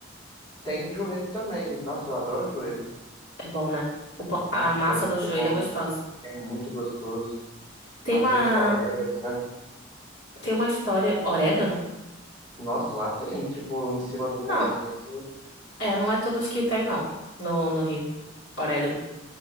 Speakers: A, on the left; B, on the left.
A: Tem joelho também. Nossa, eu adoro joelho.
B: É bom, né? O pão-
A: Nossa,
B: A massa
A: é muito
B: do joelho
A: bom,
B: é gostosa.
A: né? É muito gostoso.
B: Tem
A: Bastante
B: uma...
A: orégano, né?
B: Tem uma história... Orégano?
A: Nossa, lá tem, tipo, em cima do pãozinho
B: Não.
A: assim. Nossa,
B: É, não é todos que tem, não. No, no Rio. Orégano.